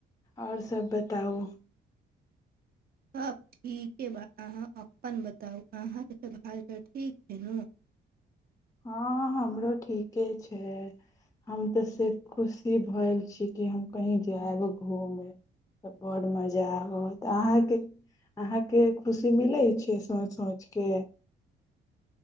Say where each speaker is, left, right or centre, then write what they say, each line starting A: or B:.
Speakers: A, on the left; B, on the right.
A: आओर सभ बताउ
B: सभब ठीक बा अहाँ अपन बताउ अहाँके सभ हाल चाल ठीक छै नू
A: हँ हमरो ठीके छै हम तऽ से खुशी भेल छी कि हम कहीँ जायब घूमे तऽ बड्ड मजा आबत अहाँके अहाँके खुशी मिलै छै सोंच सोंच कऽ